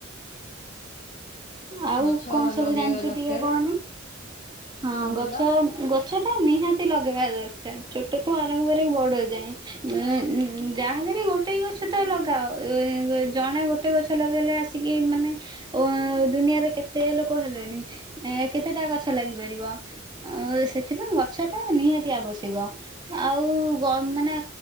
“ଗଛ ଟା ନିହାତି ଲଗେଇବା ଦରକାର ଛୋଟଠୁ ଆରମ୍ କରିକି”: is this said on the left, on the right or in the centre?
Right